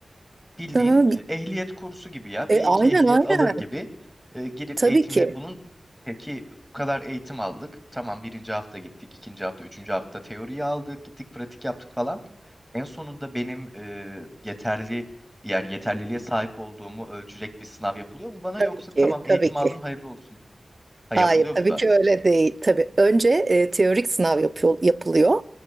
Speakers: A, in the centre; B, on the right.
A: bildiğin
B: Aha,
A: e,
B: bir-
A: ehliyet kursu gibi ya.
B: e,
A: B2
B: aynen
A: ehliyet
B: aynen.
A: alır gibi e, gidip
B: Tabii
A: eğitimle
B: ki.
A: bunun peki bu kadar eğitim aldık. Tamam birinci hafta gittik, ikinci hafta, üçüncü hafta teoriyi aldık, gittik pratik yaptık falan. En sonunda benim e, yeterli yani yeterliliğe sahip olduğumu ölçecek bir sınav yapılıyor mu bana
B: Tabii
A: yoksa
B: ki.
A: tamam
B: Tabii
A: eğitim
B: ki.
A: aldın hayırlı olsun. Ha
B: Hayır,
A: yapılıyor
B: tabii
A: bu da.
B: ki öyle değil. Tabii önce e, teorik sınav yapıyor, yapılıyor.